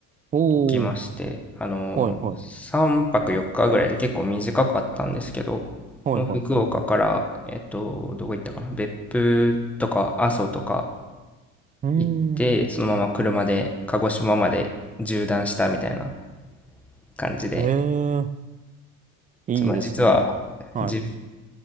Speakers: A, on the right (about 25°); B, in the centre.
A: おー、
B: きまして、あの、
A: はいはい、
B: 3泊4日ぐらいで結構短かったんですけど、
A: はいはい。
B: もう福岡から、えっと、どこ行ったかな、別府とか阿蘇とか
A: うーん、
B: 行って、そのまま車で鹿児島まで縦断したみたいな感じで、
A: ええいいですね。
B: ちょまあ、実は、
A: は
B: じ、